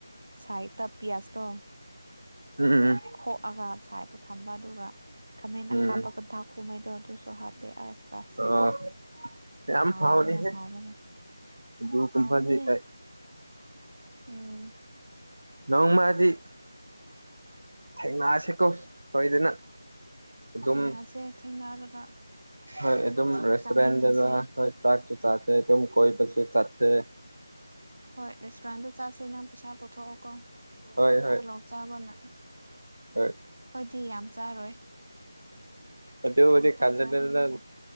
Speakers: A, on the right (about 60°); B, on the right (about 75°).
A: ꯁꯥꯏꯠꯇ ꯄꯤꯌꯥꯁꯇꯣ
B: ꯎꯝ ꯎꯝ
A: ꯈꯣꯛꯑꯒ ꯁꯥꯏꯗ ꯊꯝꯕ ꯑꯗꯨꯒ ꯈꯥꯃꯦꯟ
B: ꯎꯝ
A: ꯑꯈꯥꯞꯄ ꯄꯊꯥ ꯍꯨꯝꯉꯩꯗꯣ ꯑꯗꯨꯁꯨ ꯍꯥꯞ ꯑꯁ
B: ꯑꯣ ꯌꯥꯝ
A: ꯑ ꯍꯥꯎꯕꯅ
B: ꯍꯥꯎꯅꯤꯍꯦ
A: ꯍꯥꯎꯕꯅ
B: ꯑꯗꯨꯒꯨꯝꯕꯗꯤ
A: ꯑꯅꯦ
B: ꯑꯩ
A: ꯎꯝ
B: ꯅꯧꯣꯡꯃꯗꯤ ꯊꯦꯡꯅꯥꯁꯤꯀꯣ ꯁꯣꯏꯗꯅ ꯑꯗꯨꯝ
A: ꯊꯦꯡꯅꯁꯦ ꯊꯦꯡꯅꯔꯒ
B: ꯍꯣꯏ ꯑꯗꯨꯝ
A: ꯆꯥꯛ
B: ꯔꯦꯁꯇꯦꯟꯕ
A: ꯆꯥꯃꯤꯟꯅꯁꯦ
B: ꯍꯣꯏ ꯆꯥꯛꯁꯨ ꯆꯥ ꯑꯗꯨ ꯀꯣꯏ ꯄꯁꯨ ꯆꯁ
A: ꯍꯣꯏ ꯔꯦꯁꯇꯨꯔꯦꯟꯗ ꯆꯥꯁꯤꯅ ꯄꯩꯁꯥ ꯄꯨꯊꯣꯛꯑꯣꯀꯣ
B: ꯍꯣꯏ ꯍꯣꯏ
A: ꯇꯨꯂꯣꯞ ꯆꯥꯕꯅ
B: ꯍꯣꯏ
A: ꯍꯣꯏꯗꯤ ꯌꯥꯝ ꯆꯥꯔꯣꯏ
B: ꯑꯗꯨ
A: ꯈꯖꯤꯛꯇꯪ
B: ꯃꯗꯤ <unintelligible>
A: ꯆꯥꯒꯅꯤꯗ
B: ꯅꯪ